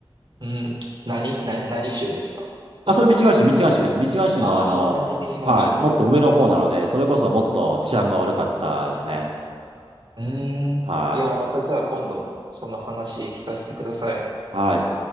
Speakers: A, on the right (about 50°); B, on the right (about 75°).
A: うん、何、何、何州ですかそこは。
B: あ、それミシガン州、ミシガン州です。ミシガン州のあの、
A: ああ、同じミシガン州で。
B: はい、もっと上の方なので、それこそもっと治安が悪かったですね。
A: うーん。
B: はい。
A: いや、またじゃあ今度、その話聞かせてください。
B: はい。